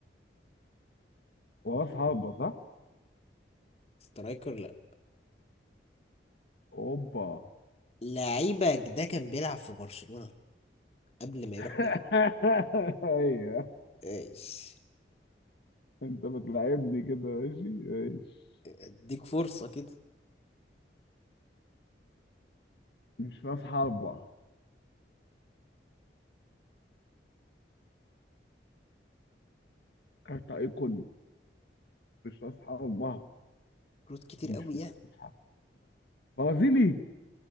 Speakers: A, on the left (about 65°); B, on the left (about 35°).
A: وراس حربة صح؟
B: سترايكر لا
A: اوبا
B: لعيبك ده كان بيلعب في برشلونة قبل ما يروح
A: <laughs>
B: بالي
A: ايوه
B: ايش
A: انت بتلعبني كده ماشي ماشي
B: اديك فرصة كده
A: مش في اصحابها كارت ايقون مش في اصحابها
B: كروت كتير
A: ومش
B: قوي
A: في
B: يعني
A: اصحابها برازيلي